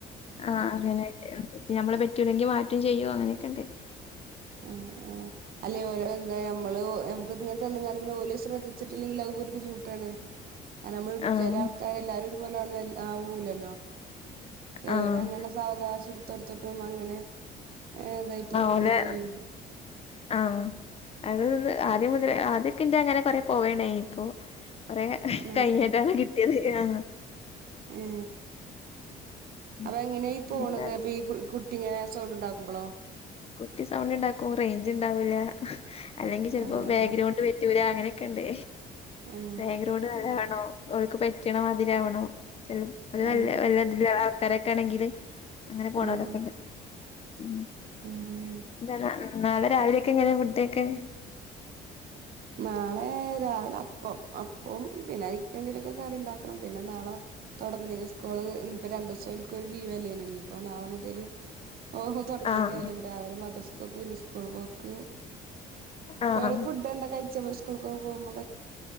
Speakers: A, on the left; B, on the right.
A: ആ അതിന് വേണ്ടി ഞ്ഞ് ഞമ്മളെ പറ്റൂല്ലെങ്കി മാറ്റും ചെയ്യും അങ്ങനെക്കെണ്ട്
B: ആ ആ അല്ലേ ഓല് എന്തേ ഞം മ്മള് നമുക്ക്ത്ങ്ങൻ തന്ന്കാണ്ട് ഓല് ശ്രദ്ധിച്ചിട്ടില്ലെൽ അതും ഒരു ബുദ്ധിമുട്ടാണ് അ നമ്മൾ
A: ആഹ്
B: ചെലാൾക്കാരെല്ലാരൊരു <unintelligible> പോലൊന്നും ആവുല്ലല്ലോ ചേലോലങ്ങനെ
A: ആഹ്
B: സാവകാശെട് ത്തെട്ത്ത്ട്ടും അങ്ങനെ ഏതായ്ട്ട് നിക്കോംചെയ്യും
A: ഓലെ ആ അത് പിന്നെ ആദ്യം മുതലേ ആദ്യക്കെന്റെ ഇങ്ങനെ കൊറേ പോവേണ്ടെയ്നി ഇപ്പാെ കൊറേ
B: ആഹ്
A: കഴിഞ്ഞ്ട്ടാണ് കിട്ട്യേത് ആ
B: ഏ
A: ഉം.
B: അപ്പെങ്ങനെ ഈ പോണത്
A: എന്താ
B: അപ്പീ ഈ കു കു എങ്ങനേ സൗണ്ട്ണ്ടാക്കുമ്പളൊ
A: കുട്ടി സൗണ്ട് ണ്ടാക്കും റേഞ്ച് ഉണ്ടാവൂല അല്ലെങ്കി ചെൽപ്പം
B: ആഹ്
A: ബാഗ്രൗണ്ട് പറ്റൂല അങ്ങനെ ക്കെണ്ടേ
B: ആഹ്
A: ബാഗ്രൗണ്ട് കാ <unintelligible> ണാണോ ഓൽക്ക് പറ്റ്ണ മാതിരി ആവണം ചെലര്
B: ഏഹ്
A: <unintelligible> കരൊക്കാണെങ്കില് അങ്ങനെ പോണോലൊക്കെണ്ട്
B: ആഹ് ആഹ്
A: ഉം <unintelligible>
B: ആഹ്
A: നാളെ രാവിലെക്കെങ്ങെനെ <unintelligible> ഡെക്കെ
B: നാളേ രാവ് കൊ അപ്പോം പിന്നെയി എന്തേങ്കിലൊക്കെ കറിണ്ടാക്കണം പിന്നെ നാളെ തൊട്ന്നിലെ സ്കൂള് ൻ പ്പം രണ്ടൂസം ഓൽക്കൊരു ലീവെല്ലേന്യോ ഇഞ്പ്പം നാളെ മുതല് ഓ ഹോ തൊട്ങ്ങ്രാവിലെ
A: ആഹ്
B: നല്ലേ രാവിലെ മദ്രസ കൊകൊ ന് സ്കൂൾ പോക്ക്
A: ആഹ്
B: ഓള് ഫുഡ് എന്താ കഴ ച് സ്കൂൾകൊക്കെ പോകുമ്പ